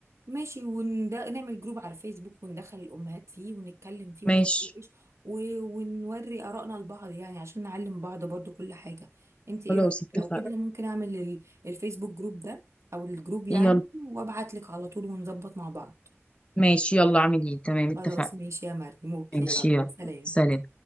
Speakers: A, on the right (about 75°); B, on the left (about 25°).
A: ماشي ونده نعمل جروب على فيسبوك وندخل الأمهات فيه ونتكلم فيه ونتناقش
B: ماشي
A: و- ونوري آرائنا لبعض يعني عشان نعلم بعض برضو كل حاجة انت ايه
B: خلاص
A: رأيك
B: اتفقنا
A: لو كده انا ممكن اعمل ال- الفيسبوك جروب ده او الجروب يعني
B: يلا
A: وابعت لك على طول ونظبط مع بعض
B: ماشي يلا اعمل ايه تمام اتفقنا
A: خلاص ماشي يا مريم اوكي
B: ماشي
A: يلا
B: يلا
A: سلام
B: سلام